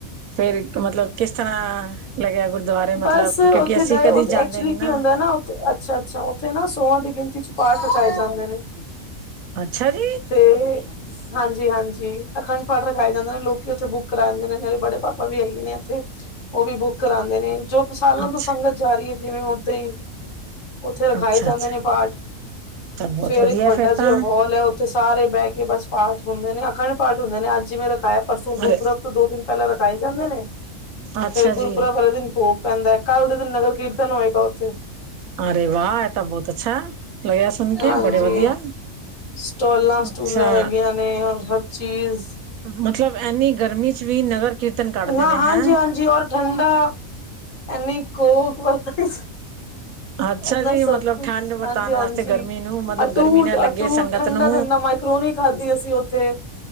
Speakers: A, on the right; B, on the left.
A: ਫੇਰ ਮਤਲਬ ਕਿਸ ਇਸ ਤਰ੍ਹਾਂ ਲੱਗਿਆ ਗੁਰਦੁਆਰੇ
B: ਬਸ
A: ਮਤਲਬ
B: ਉੱਥੇ
A: ਕਿਉਂਕਿ ਅਸੀਂ
B: ਗਏ
A: ਕਦੇ
B: ਉੱਥੇ
A: ਜਾਂਦੇ
B: ਐਕਚੁਲੀ
A: ਨੀ
B: ਕੀ
A: ਨਾ
B: ਹੁੰਦਾ ਅੱਛਾ ਅੱਛਾ ਉੱਥੇ ਨਾ ਸੋਹਾਂ ਦੀ ਗਿਣਤੀ ਚ ਪਾਠ ਰਖਾਏ ਜਾਂਦੇ ਨੇ।
A: ਅੱਛਾ ਜੀ।
B: ਤੇ ਹਾਂਜੀ ਹਾਂਜੀ ਅਖੰਡ ਪਾਠ ਰਖਾਏ ਜਾਂਦੇ ਨੇ ਲੋਕੀ ਉੱਥੇ ਬੁੱਕ ਕਰਾ ਦਿੰਦੇ ਨੇ ਮੇਰੇ ਬੜੇ ਪਾਪਾ ਵੀ ਹੈਗੇ ਨੇ ਇੱਥੇ। ਉਹ ਵੀ ਬੁੱਕ ਕਰਾਉਂਦੇ ਨੇ ਜੋ ਸਾਲਾਂ
A: ਅੱਛਾ
B: ਤੋਂ ਸੰਗਤ ਜਾ ਰਹੀ ਹੈ ਜਿਵੇਂ ਓਦਾਂ ਹੀ ਉੱਥੇ ਰਖਾਏ
A: ਅੱਛਾ
B: ਜਾਂਦੇ
A: ਅੱਛਾ
B: ਨੇ ਪਾਠ
A: ਤਾਂ ਬਹੁਤ
B: ਫੇਰ
A: ਵਧੀਆ
B: ਇੱਕ ਵੱਡਾ ਜਿ
A: ਤਾਂ
B: ਹੋਲ ਹੈ। ਤੇ ਸਾਰੇ ਬਹਿ ਕੇ ਬਸ ਪਾਠ ਹੁੰਦੇ ਨੇ ਅਖੰਡ ਪਾਠ ਹੁੰਦੇ ਨੇ ਅੱਜ ਹੀ ਮੈਂ ਰਖਾਇਆ ਪਰਸੋਂ ਗੁਰਪੁਰਬ
A: ਅਰੇ
B: ਤੋਂ ਦੋ ਦਿਨ ਪਹਿਲਾਂ ਰਖਾਏ ਜਾਂਦੇ ਨੇ
A: ਅੱਛਾ
B: ਫੇਰ ਗੁਰਪੁਰਾ
A: ਜੀ
B: ਵਾਲੇ ਦਿਨ ਭੋਗ ਪੈਂਦਾ ਹੈ ਕੱਲ੍ਹ ਦੇ ਦਿਨ ਨਗਰ ਕੀਰਤਨ ਹੋਏਗਾ ਉੱਥੇ,
A: ਅਰੇ ਵਾਹ ਐ ਤਾਂ ਬਹੁਤ ਅੱਛਾ ਲੱਗਿਆ ਸੁਣ ਕੇ
B: ਹਾਂਜੀ
A: ਬੜੇ ਵਧੀਆ,
B: ਸਟੋਲਾਂ ਸਟੂਲਾਂ
A: ਅੱਛਾ
B: ਲੱਗੀਆਂ ਨੇ ਰ ਹਰ ਚੀਜ਼
A: ਮਤਲਬ ਇੰਨੀ ਗਰਮੀ ਚ ਵੀ ਨਗਰ ਕੀਰਤਨ ਕੱਢਦੇ
B: ਨਾ
A: ਨੇ
B: ਹਾਂਜੀ
A: ਹੈਂ
B: ਹਾਂਜੀ ਔਰ ਠੰਡਾ ਇਨੀ ਕੋਕ ਵਰਤਦੀ।
A: ਅੱਛਾ
B: ਇਨਾ
A: ਜੀ
B: ਸਭ
A: ਮਤਲਬ
B: ਕੁਛ
A: ਠੰਡ ਵਰਤਾਉਣ
B: ਹਾਂਜੀ ਹਾਂਜੀ
A: ਵਾਸਤੇ ਗਰਮੀ ਨੂੰ ਮਤਲਬ
B: ਅਟੂਟ
A: ਗਰਮੀ ਨਾ ਲੱਗੇ
B: ਅਟੂਟ
A: ਸੰਗਤ
B: ਠੰਡਾ
A: ਨੂੰ
B: ਠੰਡਾ ਮਾਈ ਕਰੋਣੀ ਖਾਧੀ ਅਸੀਂ ਉੱਥੇ